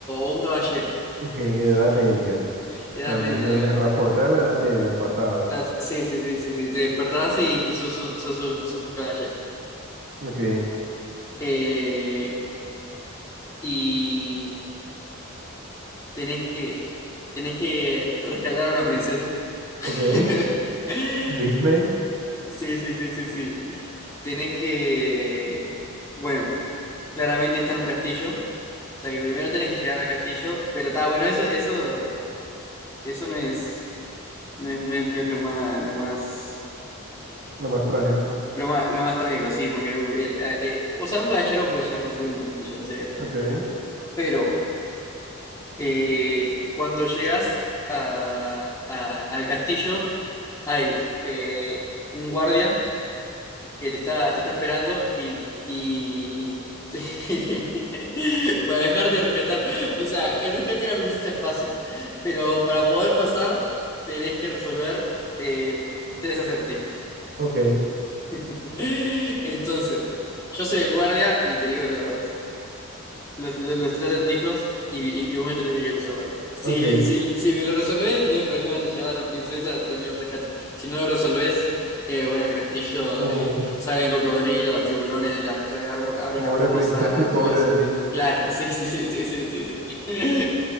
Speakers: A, on the left; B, on the right.
A: o un caballero.
B: ok, Edad
A: <laughs>
B: Media.
A: Edad
B: O sea,
A: media,
B: me, me,
A: ahí
B: me
A: va.
B: transporté a la Edad Media, al pasado.
A: Estás- sí, sí, sí, sí, sí. Te despertás y, y sos un, sos un, sos un caballero.
B: Ok,
A: Eh, y tenés que, tenés que rescatar a una princesa. <laughs>
B: ok. Disney,
A: Sí, sí, sí, sí, sí. Tenés que, bueno, claramente está en un castillo. O sea que primero tenés que llegar al castillo, pero está bueno, eso, eso, eso no es, no es, no es, no es lo más, lo más,
B: lo más trágico.
A: lo más, lo más trágico, sí, porque uh, el- eh, eh, o sea, un caballero puede llegar fácilmente a un castillo, o sea, que- está.
B: Ok,
A: pero eh, cuando llegas a- a- al castillo, hay eh, un guardia que te está, te está esperando y, y- <laughs> para dejarte rescatar. O sea, el rescate de la princesa es fácil, pero para poder pasar tenés que resolver eh, tres acertijos.
B: ok,
A: <laughs> Entonces, yo soy el guardia y te digo los, los, los, los tres acertijos y, y, y vos me tenés que resolver. Si,
B: ok.
A: si, si me lo resolvés, no hay problema, te llevas a la princesa, termino el rescate. Si no lo resolvés, eh, bueno, el castillo
B: Uf,
A: eh, salen cocodrilos, tiburones, de la, se arma- abre
B: pobre
A: una fosa,
B: princesa y pobre
A: todo eso.
B: de mí.
A: Claro, <laughs> sí, sí, sí, sí, sí, sí. sí.